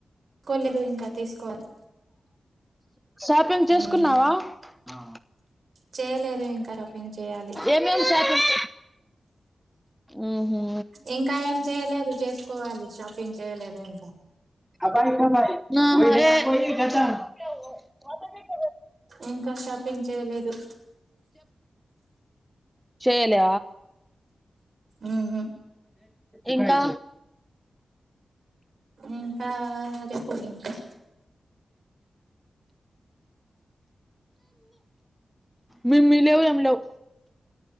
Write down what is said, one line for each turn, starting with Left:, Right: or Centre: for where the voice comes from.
Right: తీసుకోలేదు ఇంకా తీసుకోవాలి
Centre: షాపింగ్ చేసుకున్నావా
Right: ఉమ్,
Centre: ఆ
Right: చేయలేదు ఇంకా షాపింగ్ చేయాలి
Centre: ఏం ఏం షాపింగ్ ఆహ
Right: ఇంకా ఏం చేయలేదు చేసుకోవాలి షాపింగ్ చేయలేదు ఇంకా
Centre: అబాయి <unintelligible>
Right: ఇంకా షాపింగ్ చేయలేదు
Centre: చేయలే
Right: ఆహ
Centre: ఇంకా
Right: ఇంకా చెప్పు ఇంటా
Centre: మిమ్మీ లేవు ఎమీ లేవు